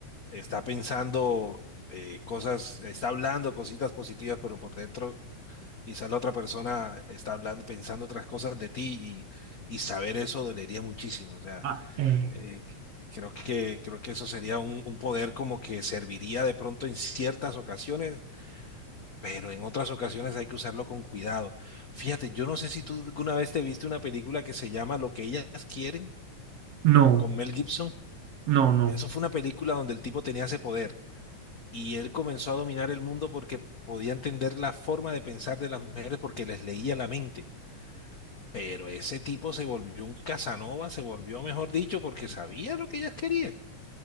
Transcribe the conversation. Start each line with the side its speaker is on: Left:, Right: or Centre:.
Left: está pensando eh, cosas, está hablando cositas positivas, pero por dentro Quizás la otra persona está hablando, pensando otras cosas de ti y, y saber eso dolería muchísimo. O sea,
Right: Ah, eh,
Left: eh, creo que, creo que eso sería un, un poder como que serviría de pronto en ciertas ocasiones, pero en otras ocasiones hay que usarlo con cuidado. Fíjate, yo no sé si tú alguna vez te viste una película que se llama Lo que ellas quieren
Right: no,
Left: con Mel Gibson.
Right: no, no.
Left: Eso fue una película donde el tipo tenía ese poder y él comenzó a dominar el mundo porque podía entender la forma de pensar de las mujeres porque les leía la mente. Pero ese tipo se volvió un Casanova, se volvió, mejor dicho, porque sabía lo que ellas querían.